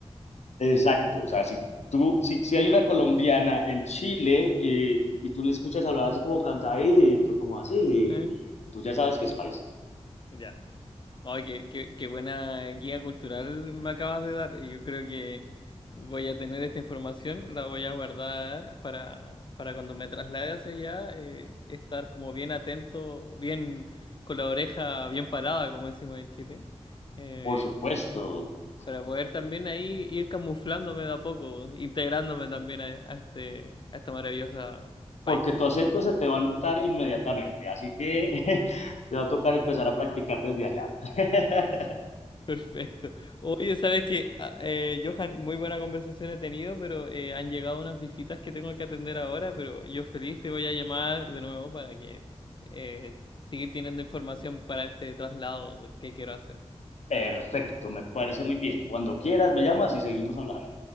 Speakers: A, on the left; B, on the left.
A: Exacto, o sea, si tú, si, si hay una colombiana en Chile eh, y tú le escuchas hablar así como cantadito, como así,
B: <laughs>
A: tú ya sabes que es paisa,
B: Ya. Ay, qué, qué, qué buena guía cultural me acabas de dar. y Yo creo que voy a tener esta información, la voy a guardar para, para cuando me traslade hacia allá, eh, estar como bien atento, bien con la oreja bien parada, como decimos en Chile, eh,
A: por supuesto.
B: para poder también ahí ir camuflándome de a poco, integrándome también a, a este, a este maravilloso país.
A: porque tu acento se te va a notar inmediatamente, así que <laughs> te va a tocar empezar a practicar desde allá. <laughs>
B: Perfecto. Oye, sabes que, Johan, muy buena conversación he tenido, pero eh, han llegado unas visitas que tengo que atender ahora, pero yo feliz te voy a llamar de nuevo para que eh, seguir teniendo información para este traslado que quiero hacer.
A: Perfecto, me parece muy bien. Cuando quieras, me llamas y seguimos hablando.